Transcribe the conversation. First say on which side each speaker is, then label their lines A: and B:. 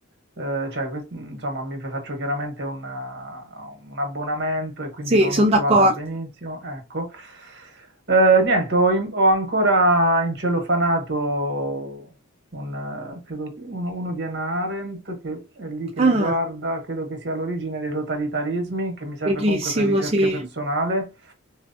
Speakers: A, on the right (about 55°); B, on the right (about 30°).
A: eh, cioè, quest- insomma, mi faccio chiaramente una- un abbonamento e quindi
B: sì,
A: non
B: sono
A: l'ho trovata
B: d'accordo.
A: benissimo. Ecco. Eh, niente, ho, in- ho ancora incellofanato un, eh, credo che- uno, uno di Hannah Arendt, che è lì che
B: Ah,
A: mi guarda, credo che sia l'origine dei totalitarismi, che mi serve
B: bellissimo,
A: comunque per ricerche
B: sì.
A: personale.